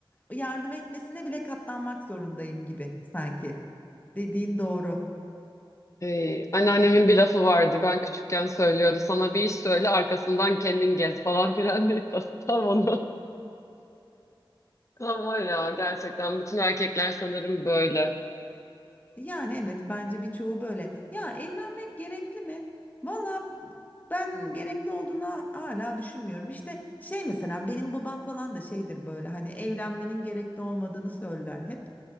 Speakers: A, on the left; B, on the left.
A: yardım etmesine bile katlanmak zorundayım gibi sanki. Dediğin doğru.
B: Ee, anneannemin bir lafı vardı. Ben küçükken söylüyordu. Sana bir iş söyle arkasından kendin gez <laughs> falan filan diye. <laughs> Tam onu. Tam var ya gerçekten. Bütün erkekler sanırım böyle.
A: Yani evet bence birçoğu böyle. Ya evlenmek gerekli mi? Valla ben gerekli olduğuna hala düşünmüyorum. İşte şey mesela benim babam falan da şeydir böyle hani evlenmenin gerekli olmadığını söyler hep.